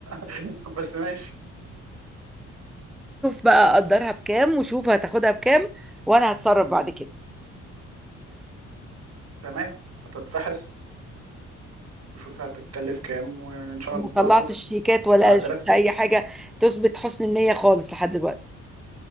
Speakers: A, on the right; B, in the centre.
A: <laughs> بس ماشي
B: بقى قدرها بكام وشوف هتاخدها بكام وانا هتصرف بعد كده
A: تمام هتتفحص وشوفي هتتكلف كام وان شاء
B: ما
A: الله
B: طلعتش
A: هاخدها
B: شيكات ولا
A: عاد
B: شفت
A: رسمي
B: اي حاجة تثبت حسن النية خالص لحد دلوقتي